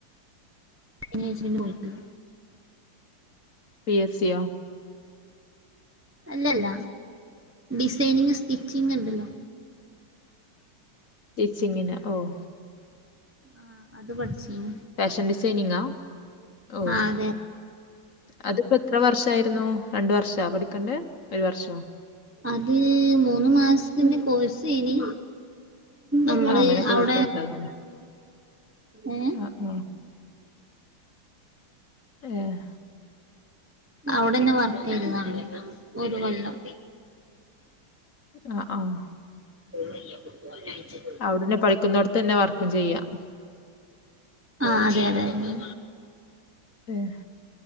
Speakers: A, on the right; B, on the left.
A: <unintelligible> പോയിട്ടില്ല
B: പി എ സി യോ
A: അല്ലല്ല ഡിസൈനിങ് സ്റ്റിച്ചിങ്ങ് ണ്ടല്ലോ
B: സ്റ്റിച്ചിങ്ങിനാ ഓഹ്
A: ആഹ് അത് പട്ച്ചീന്
B: ഫേഷൻ ഡിസൈനിങ്ങാ ഓഹ്
A: ആ അതെ
B: അതിപ്പോ എത്ര വർഷായിരുന്നു രണ്ട് വർഷാ പഠിക്കണ്ടേ ഒരു വർഷോ
A: അത് മൂന്ന് മാസ്ത്തിന്റെ കോഴ്സേനി അമ്മള്
B: ആ അങ്ങനെ കോഴ്സ്
A: അവിടെ
B: എടുത്തതാല്ലേ
A: ഏഹ്
B: ആ ആ ഏഹ്
A: അവിടന്നെ വർക്കെയ്തതാണ് ഒരു കൊല്ലം
B: അഹ് ആഹ്
A: എ ചെ
B: അവിടുന്നെ പഠിക്കുന്നോട്ത്തന്നെ വർക്കും ചെയ്യാം
A: ആഹ് അതെ യതെ
B: ഏഹ്